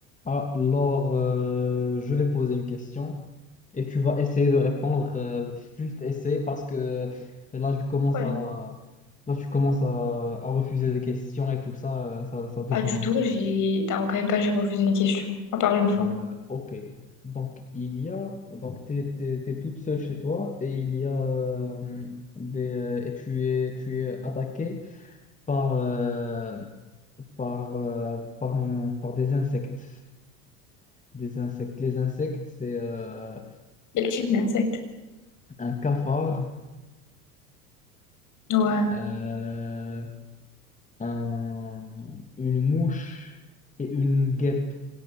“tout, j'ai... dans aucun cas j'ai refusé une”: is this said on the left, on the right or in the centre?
Left